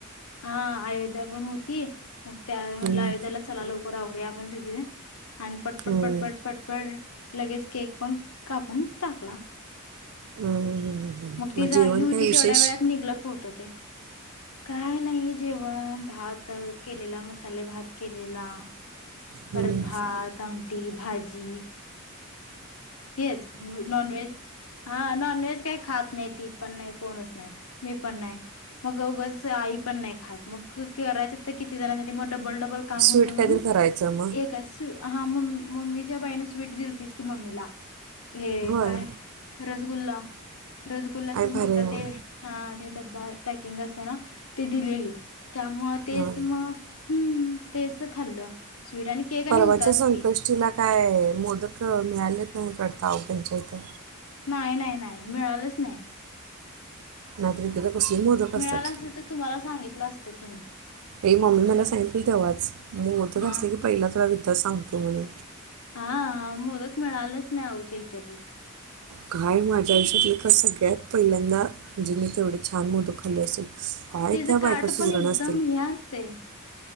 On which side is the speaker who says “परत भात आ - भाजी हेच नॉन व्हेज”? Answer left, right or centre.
Left